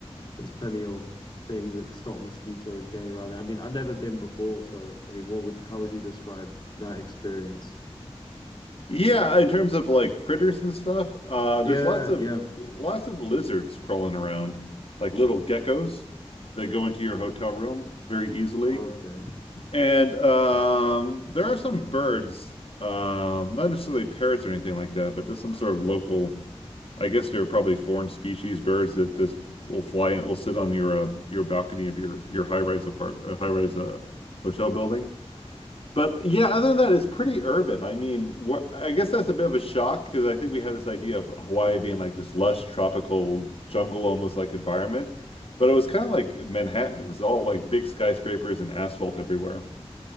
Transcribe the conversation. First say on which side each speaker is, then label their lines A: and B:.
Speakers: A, on the left; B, on the left.
A: there's plenty of things that stop mosquitoes getting around there. I mean, I've never been before, so I mean, what would how would you describe that experience?
B: Yeah, in terms of like critters and stuff, uh,
A: Yeah,
B: there's lots of
A: yeah.
B: lots of lizards crawling around, like little geckos that go into your hotel room very easily.
A: Okay.
B: And um, there are some birds, um, not necessarily parrots or anything like that, but just some sort of local, I guess they're probably foreign species birds that just will fly and will sit on your uh, your balcony of your your high-rise apart uh, high-rise uh, hotel building but yeah, other than that, it's pretty urban. I mean, wh- I guess that's a bit of a shock because I think we had this idea of Hawaii being like this lush tropical jungle almost like environment, but it was kind of like Manhattan. It was all like big skyscrapers and asphalt everywhere.